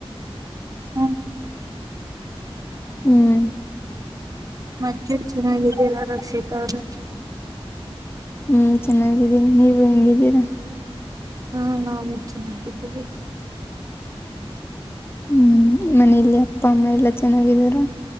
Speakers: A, on the right; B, on the left.
A: ಹ್ಮ
B: ಹ್ಮ್
A: ಮತ್ತೆ ಚೆನ್ನಾಗಿದ್ದೀರಾ ರಕ್ಷಿತಾ ಅವರೇ.
B: ಹ್ಮ್ ಚೆನ್ನಾಗಿದ್ದೀನಿ ನೀವು ಹೆಂಗಿದ್ದೀರಾ.
A: ಹಾ ನಾವು ಚೆನ್ನಾಗಿದ್ದೀವಿ.
B: ಹ್ಮ್ ಮನೇಲಿ ಅಪ್ಪ ಅಮ್ಮ ಎಲ್ಲಾ ಚೆನ್ನಾಗಿದಾರ.